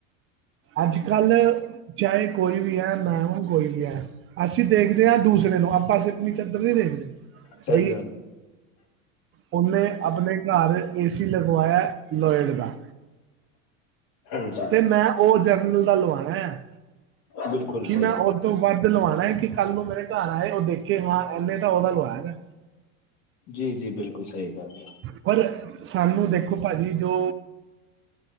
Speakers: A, on the right (about 30°); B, on the left (about 60°).
A: ਅੱਜ ਕੱਲ੍ਹ ਚਾਹੇ ਕੋਈ ਵੀ ਐ ਮੈਂ ਹੂ ਕੋਈ ਵੀ ਐ। ਅਸੀਂ ਦੇਖਦੇ ਆ ਦੂਸਰੇ ਨੂੰ ਆਪਾਂ ਅਸੀਂ ਆਪਣੀ ਚਾਦਰ ਨੀ ਦੇਖਦੇ।
B: ਸਹੀ
A: ਬਈ
B: ਗੱਲ
A: ਉਹਨੇ ਆਪਣੇ ਘਰ ਏ ਸੀ ਲਗਵਾਇਆ ਲੋਇਡ ਦਾ
B: ਹਾਂਜੀ
A: ਤੇ ਮੈਂ ਉਹ ਜਰਨਲ ਦਾ ਲਵਾਉਣਾ ਹੈ
B: ਬਿਲਕੁਲ
A: ਕਿ
B: ਸਹੀ
A: ਮੈਂ
B: ਗੱਲ
A: ਤੋਂ ਵੱਧ ਲਵਾਉਣਾ ਕਿ ਕੱਲ੍ਹ ਨੂੰ ਮੇਰੇ ਘਰ ਆਏ ਉਹ ਦੇਖੇ ਹਾਂ ਇਹਨੇ ਤਾਂ ਉਹਦਾ ਲਵਾਇਆ ਦਾ
B: ਜੀ -ਜੀ ਬਿਲਕੁਲ ਸਹੀ ਗੱਲ ਏ।
A: ਪਰ ਸਾਨੂੰ ਦੇਖੋ ਭਾਜੀ ਜੋ